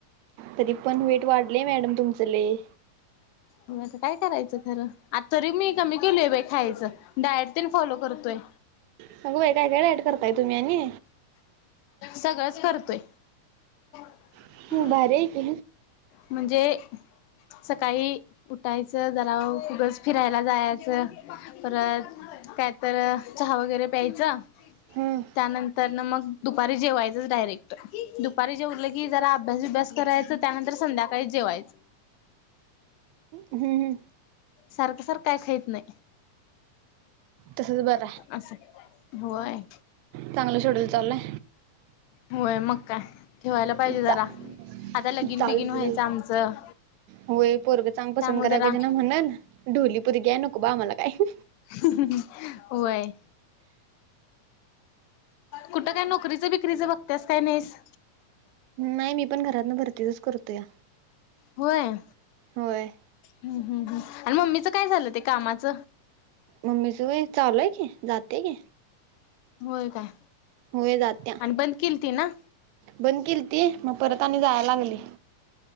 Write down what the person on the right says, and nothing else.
तरी पण वेट वाढलय मॅडम तुमचं लय
अगं बाई काही काही डायट करताय तुम्ही आणि?
हं, भारी आहे की
हं
हं हं
तसंच बरं
चांगल शेड्यूल चालायं.
चा चालतंय
चालतंय
होय पोरग चांगल
पसंद कराय
पाहिजे नां म्हणालं ढोलीपोरगी नको का बा आम्हाला काय
नाही मी पण घरातन भरतीचच करतोया
होय
मम्मीच होय चालू आहे की जाते की.
होय जात्या
बंद केलती मग परत आणि जायला लागली.